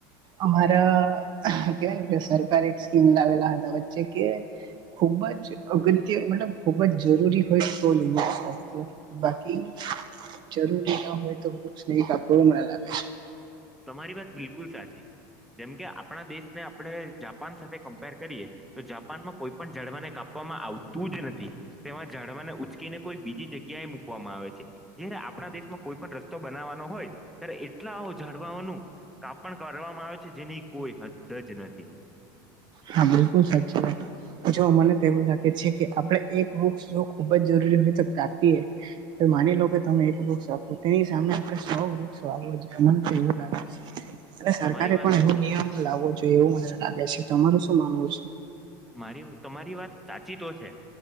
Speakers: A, on the right (about 45°); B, in the centre.
A: અમારા કેહવાય ને કે સરકાર એક સ્કીમ લાવેલા હતા વચ્ચે કે ખૂબ જ અગત્ય મતલબ ખૂબ જ જરૂરી હોય તો જ <unintelligible> બાકી જરૂરી ન હોય તો વૃક્ષ ન કાપવુ એવું મને લાગે.
B: તમારી વાત બિલકુલ સાચી છે જેમકે આપણા દેશને આપણે જાપાન સાથે કમ્પેર કરીએ તો જાપાન માં કોઈ પણ ઝાડવાને કાપવામાં આવતું જ નથી. તેમાં ઝાડવાને ઉચકીને કોઈ બીજી જગ્યા એ મૂકવામાં આવે છે. જયારે આપણા દેશમાં કોઈ પણ રસ્તો બનાવવાનો હોય ત્યારે એટલા ઝાડવાઓનું કાપણ કરવામાં આવે છે, જેની કોઈ હદ જ નથી.
A: હા બિલકુલ સાચી વાત. જો મને તો એવું લાગે છે કે આપડે એક વૃક્ષ જો ખુબ જ જરૂરી હોય તો કાપીએ માની લો કે તમે એક વૃક્ષ આપો તેની સામે આપણે સૌ વૃક્ષ વાવવું જોઈએ, મને તો એવું લાગે છે અને સરકારે
B: તમારી વાત
A: પણ એવો નિયમ લાવવો જોઈએ એવું મને લાગે છે. તમારું શું માનવું છે?
B: મારી તમારી વાત સાચી તો છે